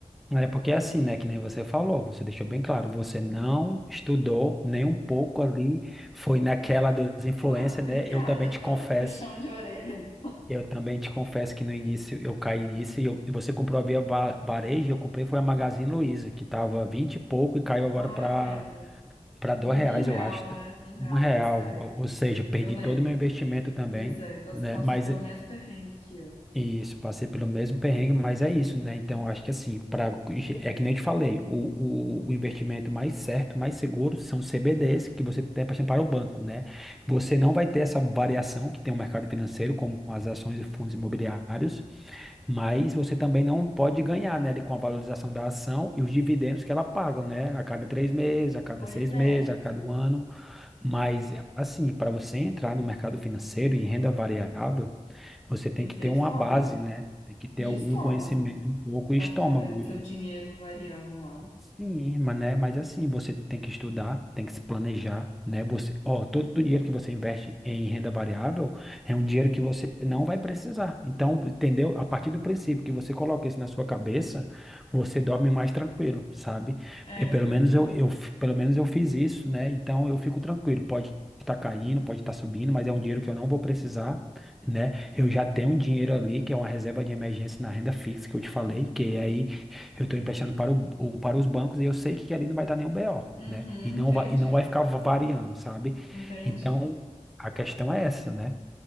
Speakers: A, in the centre; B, on the left.
A: É porque é assim, né, que nem você falou, você deixou bem claro, você não estudou nem um pouco ali, foi naquela dos influencers,
B: Ah, obrigada
A: né? Eu também te
B: pelo
A: confesso
B: puxão de orelha.
A: Eu também te confesso que no início eu caí nisso e eu- e você comprou a Via Va- Varejo, eu comprei foi a Magazine Luiza, que tava 20 e pouco e caiu agora
B: Ah,
A: para
B: eu lembro.
A: para dois
B: Um,
A: reais,
B: um real,
A: eu acho. tá?
B: né? Um real,
A: Um real,
B: dois reais.
A: ou ou seja, perdi
B: Eu lembro.
A: todo o meu investimento também,
B: Pois é, então
A: né?
B: você passou
A: Mas
B: pelo
A: é-
B: mesmo perrengue que eu.
A: isso, passei pelo mesmo perrengue, mas é isso, né? Então, eu acho que assim, para é que nem eu te falei, o, o, o investimento mais certo, mais seguro são os CBDs que você tem para para o banco, né? Você não vai ter essa variação que tem o mercado financeiro, como as ações e fundos imobiliários. Mas você também não pode ganhar, né, ali com a valorização da ação e os dividendos que ela paga, né, a cada três meses, a cada
B: Pois
A: seis
B: é,
A: meses, a cada um ano. Mas, assim, para você entrar no mercado financeiro em renda variável, você tem
B: tem que
A: que
B: ter
A: ter
B: estômago.
A: uma base, né? Tem que ter
B: E
A: algum
B: estômago,
A: conhecimento um pouco
B: pra
A: e estômago,
B: ficar vendo seu dinheiro variando lá.
A: Sim, mas, né, mas assim, você tem que estudar, tem que se planejar, né? Você, ó, todo o dinheiro que você investe em renda variável é um dinheiro que você não vai precisar. Então, entendeu? A partir do princípio que você coloca isso na sua cabeça, você dorme mais tranquilo, sabe?
B: É,
A: E pelo
B: pois
A: menos
B: é.
A: eu, eu, f- pelo menos eu fiz isso, né? Então eu fico tranquilo. Pode estar caindo, pode estar subindo, mas é um dinheiro que eu não vou precisar, né? Eu já tenho um dinheiro ali, que é uma reserva de emergência na renda fixa que eu te falei, que aí eu estou emprestando para, o, o- para os bancos e eu sei que ali não vai dar nenhum BO,
B: Uhum,
A: né? E não
B: entendi.
A: vai, e não vai ficar va- variando, sabe?
B: Entendi.
A: Então, a questão é essa, né?